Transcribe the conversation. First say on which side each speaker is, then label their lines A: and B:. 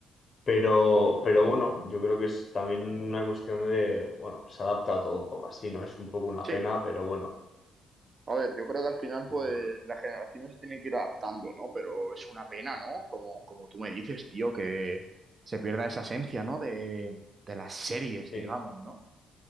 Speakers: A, on the left; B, on the right.
A: Pero, pero bueno, yo creo que es también una cuestión de, bueno, se adapta a todo un poco así, ¿no? Es un poco una
B: Sí,
A: pena, pero bueno,
B: a ver, yo creo que al final
A: pero
B: pues
A: bueno,
B: las generaciones se tienen que ir adaptando, ¿no? Pero es una pena, ¿no? Como, como tú me dices, tío, que se pierda esa esencia, ¿no? De, de las series,
A: sí,
B: digamos, ¿no?